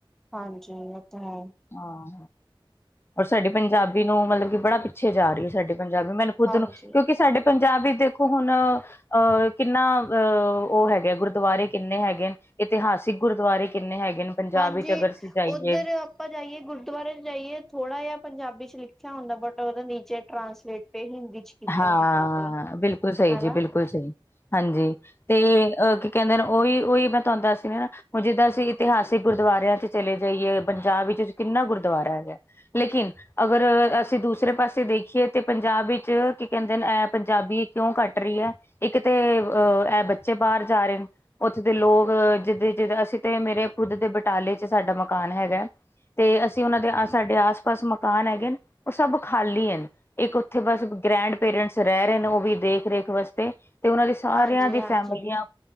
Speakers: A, in the centre; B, on the left.
A: ਹਾਂਜੀ, ਇਹ ਤਾਂ ਹੈ।
B: ਹਾਂ। ਔਰ ਸਾਡੇ ਪੰਜਾਬੀ ਨੂੰ ਮਤਲਬ ਕਿ ਬੜਾ ਪਿੱਛੇ ਜਾ ਰਹੀ ਐ ਸਾਡੇ ਪੰਜਾਬੀ, ਮੈਨੂੰ ਖੁਦ
A: ਹਾਂਜੀ
B: ਨੂੰ ਕਿਉਂਕਿ ਸਾਡੇ ਪੰਜਾਬੀ ਦੇਖੋ ਹੁਣ ਆ ਕਿੰਨਾ ਅਹ ਉਹ ਹੈਗਾ, ਗੁਰਦੁਆਰੇ ਕਿੰਨੇ ਹੈਗੇ। ਇਤਿਹਾਸਿਕ ਗੁਰਦੁਆਰੇ ਕਿੰਨੇ ਹੈਗੇ ਨੇ। ਪੰਜਾਬ
A: ਹਾਂਜੀ,
B: ਵਿੱਚ ਅਗਰ ਅਸੀਂ ਜਾਈਏ
A: ਓਦਰ ਅਪਾਂ ਜਾਈਏ, ਗੁਰਦੁਆਰੇ ਚ ਜਾਈਏ, ਥੋੜਾ ਜਾ ਪੰਜਾਬੀ ਚ ਲਿਖੇਆ ਹੁੰਦਾ, ਬਟ ਓਦਾ ਨੀਚੇ ਟਰਾਂਸਲੇਟ ਤੇ ਹਿੰਦੀ ਚ ਕੀਤਾ
B: ਹਾਂ,
A: ਹੁੰਦਾ ਵਾ
B: ਬਿਲਕੁਲ ਸਈ
A: ਹਨਾ
B: ਜੀ, ਬਿਲਕੁਲ ਸਈ ਹਾਂਜੀ, ਤੇ ਅ ਕੈਂਦੇ ਨੇ ਓਈ-ਓਈ, ਮੈਂ ਤੂਆਨ ਦਾੱਸ ਰੀ ਆ ਹੁਨ ਜਿੱਦਾਂ ਅਸੀ ਇਤਿਹਾਸਿਕ ਗੁਰਦਆਰੇਆਂ ਚ ਚਲੇ ਜਾਈਏ, ਪੰਜਾਬ ਵਿੱਚ ਕਿੰਨਾ ਗੁਰਦੁਆਰਾ ਹੈਗੈ ਲੇਕਿਨ ਅਗਰ ਅਸੀ ਦੂਸਰੇ ਪਾਸੇ ਦੇਖੀਏ ਤੇ ਪੰਜਾਬ ਇਚ ਕੀ ਕੈਂਦੇ ਨੇ, ਐ ਪੰਜਾਬੀ ਕਿਉਂ ਘੱਟ ਰੀ ਐ, ਇੱਕ ਤੇ ਅ ਐ ਬੱਚੇ ਬਾਰ ਜਾ ਰੇਨ। ਓਥੇ ਦੇ ਲੋਗ ਜਿੱਦੇ-ਜਿਦ ਅਸੀ ਤੇ ਮੇਰੇ ਖੁਦ ਦੇ ਬਟਾਲੇ ਚ ਸਾਡਾ ਮਕਾਨ ਹੈਗੈ। ਤੇ ਅਸੀ ਓਨਾਂ ਦੇ, ਸਾਡੇ ਆਸ-ਪਾਸ ਮਕਾਨ ਹੈਗੇਨ ਓ ਸਬ ਖਾਲੀ ਹੈਨ, ਇੱਕ ਉਥੇ ਬਾੱਸ ਗ੍ਰੈਂਡ ਪੇਰੈਂਟਸ ਰੈ ਰੇ ਨੇ, ਓ ਵੀ ਦੇਖ-ਰੇਖ ਵਾਸਤੇ, ਤੇ ਓਨਾਂ ਦੀ ਸਾਰੇਆਂ
A: ਹਾਂਜੀ
B: ਦੀ
A: ਹਾਂਜੀ
B: ਫੈਮਲੀਆਂ